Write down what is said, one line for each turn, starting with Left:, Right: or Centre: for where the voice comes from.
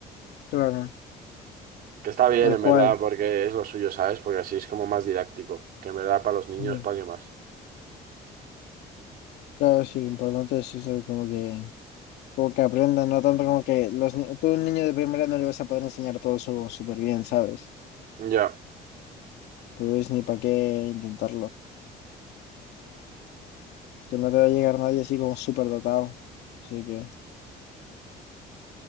Left: Claro,
Right: Que está bien,
Left: tal
Right: en
Left: cual.
Right: verdad, porque es lo suyo, ¿sabes? Porque así es como más didáctico. Que en verdad para los niños,
Left: Ya.
Right: ¿para qué más?
Left: Claro, sí, lo importante es eso, como que, como que aprendan, no tanto como que los ni- tú a un niño de primera no le vas a poder enseñar todo su- súper bien, ¿sabes?
Right: Ya,
Left: Entonces ni para qué intentarlo. Que no te va a llegar nadie así como súper dotado. Así que,